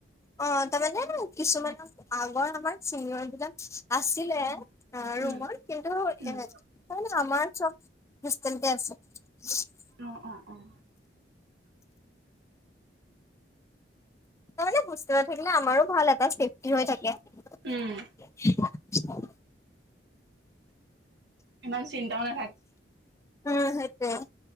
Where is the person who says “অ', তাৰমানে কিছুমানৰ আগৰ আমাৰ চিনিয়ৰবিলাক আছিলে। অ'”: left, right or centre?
Left